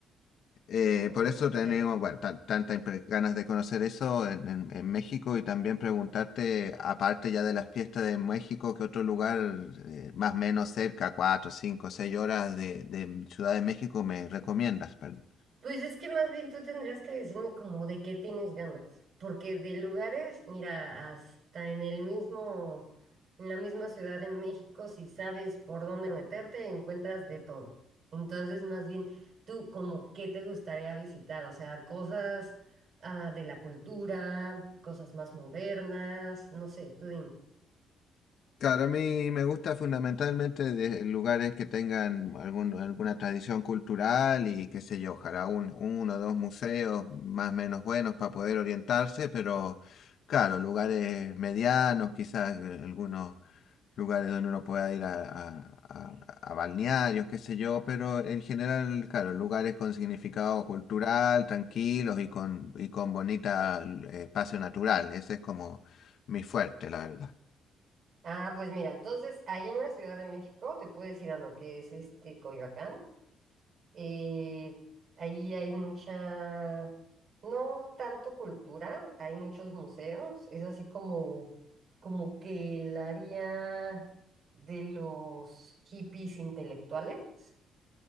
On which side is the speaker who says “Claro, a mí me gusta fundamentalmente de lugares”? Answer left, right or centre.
Left